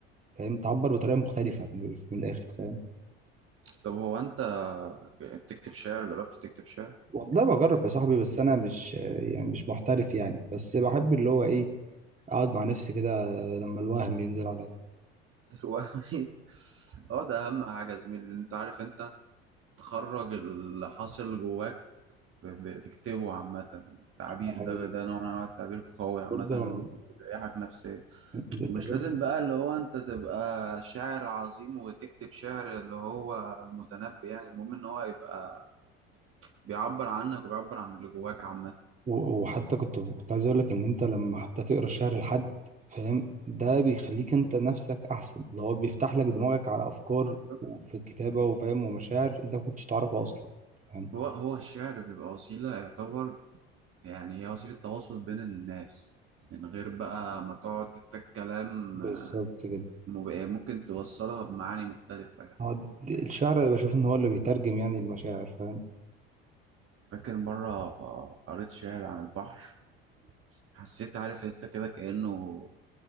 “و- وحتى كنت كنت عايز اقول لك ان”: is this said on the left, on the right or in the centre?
Right